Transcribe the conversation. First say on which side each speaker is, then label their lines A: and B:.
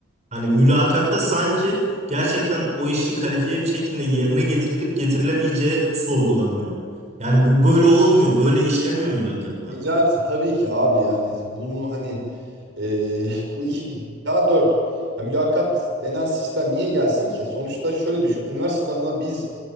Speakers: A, on the right (about 30°); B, on the right (about 55°).
A: Hani mülakatta sanki gerçekten o işi kalifiye bir şekilde yerine getirilip getirilemeyeceği sorgulanıyor. Yani bu böyle olmuyor, böyle işlemiyor mülakatlar.
B: Necati tabii ki abi yani bunu hani e, bu iki daha dört. Yani mülakat denen sistem niye gelsin ki? Sonuçta şöyle düşün. Üniversite sınavına biz